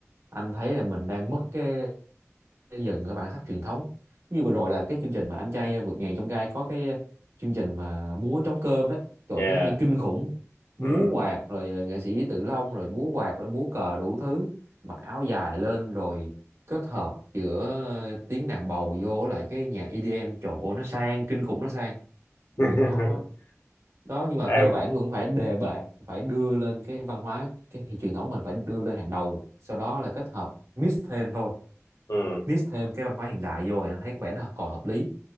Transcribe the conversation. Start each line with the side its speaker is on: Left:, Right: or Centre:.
Right: anh thấy là mình đang mất cái xây dựng ở bản sắc truyền thống như vừa rồi là cái chương trình mà anh trai vượt ngàn chông gai có cái chương trình mà múa trống cơm đó trời
Left: yeah,
Right: thấy hay kinh khủng múa
Left: ừ.
Right: quạt rồi ờ, nghệ sĩ Tự Long rồi múa quạt rồi múa cờ đủ thứ mặc áo dài lên rồi kết hợp giữa ờ, tiếng đàn bầu vô lại cái nhạc EDM chỗ nó sang kinh khủng nó sang
Left: <laughs>
Right: nó, đó nhưng mà
Left: em
Right: cơ bản vẫn phải đề bạt phải đưa lên cái văn hóa cái truyền thống mình phải đưa lên hàng đầu sau đó là kết hợp mix thêm thôi
Left: ừ.
Right: mix thêm cái văn hóa hiện đại vô thì anh thấy có vẻ nó còn hợp lý